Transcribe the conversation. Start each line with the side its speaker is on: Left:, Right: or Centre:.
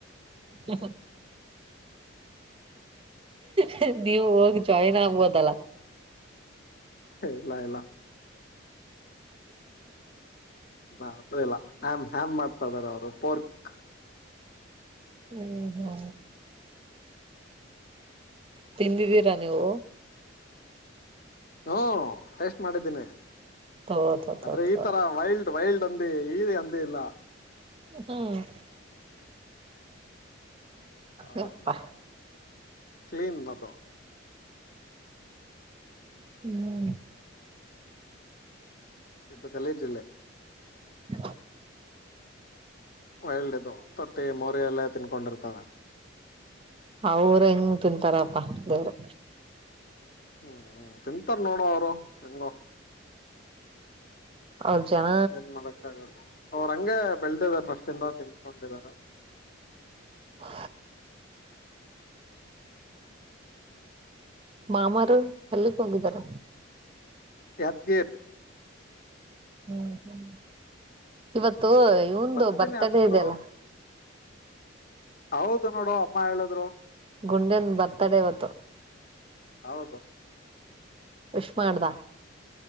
Right: ಹ್ಮ ಹ್ಮ್ ನೀವು ಹೋಗ್ ಜಾಯಿನ್ ಆಗಬಹುದಲ್ಲ
Left: ಇಲ್ಲ ಇಲ್ಲ ಮಾತ್ ಇಲ್ಲ ಹಮ್ ಹಮ್ ಮಾಡ್ತಾ ಇದ್ದಾರೆ ಅವರು ಪೋರ್ಕ್
Right: ಹ್ಮ್ ಹ್ಮ ತಿಂದ್ದೀರಾ ನೀವು.
Left: ಹೂ ಟೇಸ್ಟ್ ಮಾಡಿದ್ದೀನಿ
Right: ತೋ ತೋ ತೋ
Left: ಆದ್ರೆ
Right: ತೋ
Left: ಈ ತರ ವೈಲ್ಡ್ ವೈಲ್ಡ್ ಹಂದಿ ಈ ಹಂದಿ ಇಲ್ಲ
Right: ಹ್ಮ್
Left: ಸರ್
Right: ಯಪ್ಪಾ
Left: ಕ್ಲೀನ್ ಅದು
Right: ಹ್ಮ್
Left: ಇಂದು ಗಲೀಜ್ ಅಲ್ಲೆ
Right: ಹ
Left: ವೈಲ್ಡ್ ಅದು ತೊಟ್ಟಿ ಮೋರಿ ಎಲ್ಲಾ ತಿನ್ಕೊಂಡಿರ್ತಾವೆ
Right: ಅವರು ಹೆಂಗ್ ತಿಂತಾರಪ್ಪಾ ದೇವರೆ
Left: ಹ್ಮ್ ತಿಂತಾರ ನೋಡೊ ಅವರು ಹೆಂಗೋ
Right: ಅವ್ ಜನ
Left: ಏನ್ ಮಾಡಕ್ ಆಗಲ್ಲ ಅವ್ರ ಹಂಗೆ ಬೆಳದಿದೆ ಪಾಷ್ಟಿಂದ ತಿನ್ಕೊಂಡಿದ್ದಾರೆ.
Right: ಹ ಮಾಮಾರು ಅಲ್ಲಿಕ್ ಹೋಗಿದ್ದಾರೆ.
Left: ಯಾದಗಿರ್
Right: ಹ್ಮ್ ಹ್ಮ್ ಇವತ್ತು ಇವನ್ದು
Left: ಬರ್ತೀನಿ
Right: ಬರ್ತಡೇ
Left: ಅಂದ್ರು
Right: ಇದೆಯಲ್ಲ.
Left: ಹೌದು ನೋಡು ಅಮ್ಮ ಹೇಳಿದ್ರು.
Right: ಗುಂಡನ್ ಬರ್ತಡೇ ಇವತ್ತು
Left: ಹೌದು
Right: ವಿಶ್ ಮಾಡ್ದ